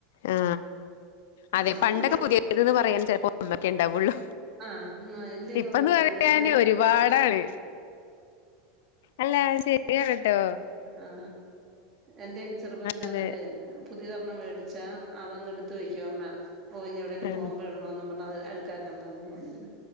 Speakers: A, on the left; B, on the right.
A: ആ അതെ
B: നമുക്ക്
A: പണ്ടൊക്കെ
B: പി
A: പുതിയതിന്ന് പറയാൻ ചെലപ്പോ ഒന്നക്കെ ഇണ്ടാവുള്ളു.
B: ആഹ് ന്നാ എന്റെയൊക്കെ
A: ഇപ്പന്ന്
B: ചെറുതില്
A: പറയാന് ഒരുപാടാണ് അല്ലാ അത് ശരിയാണിട്ടൊ.
B: ആഹാ എന്റെയൊക്കെ ചെറുപ്പത്തിലാന്നാലെ
A: അതെ
B: പുതിയ തൊന്ന് മേടിച്ചാ അതങ്ങ് എടുത്ത് വെക്കും അമ്മ. ഓ എവിടേലും
A: ആ
B: പോവുമ്പ ഇടണോന്നും പറഞ്ഞ് അത് അഴുക്കാക്കണ്ടാന്നും പറഞ്ഞ്.